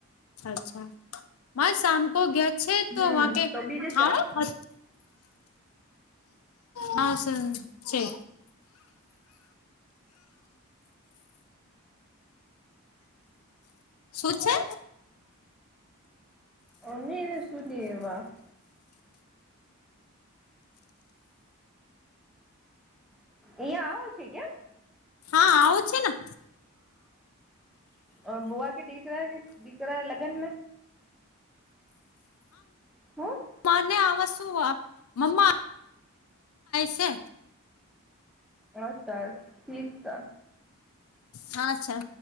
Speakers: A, on the left (about 75°); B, in the centre.
A: અચ્છા માસ સામકો ગયા છે
B: હમ
A: તો કે
B: તો બીજે જ
A: હા
B: જાઉ
A: હા સ છે શું છે
B: અમે સુધી એવા અહયા આવો છે ક્યા
A: હા આવો છે ને
B: અ બુઆ કે દીકરા કે દીકરા લગન હું
A: માને આવ શું આપ મમ્મા છે
B: બસ સરસ ઠીક ત
A: હા અચ્છા